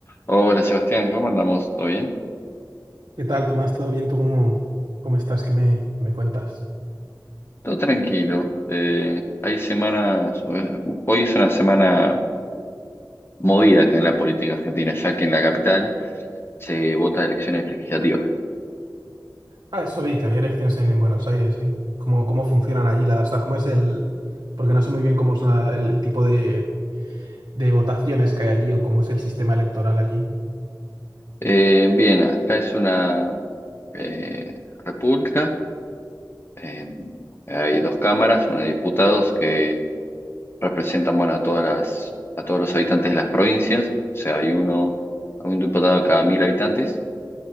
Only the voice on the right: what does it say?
¿Qué tal, Tomás? ¿Todo bien? ¿Tú cómo, cómo estás? ¿Qué me, me cuentas?
Ah, eso vi, que había elecciones en, en Buenos Aires, ¿sí? ¿Cómo, cómo funcionan allí las... O sea, cómo es el... Porque no sé muy bien cómo es la- el, el tipo de, de votaciones que hay allí o cómo es el sistema electoral allí.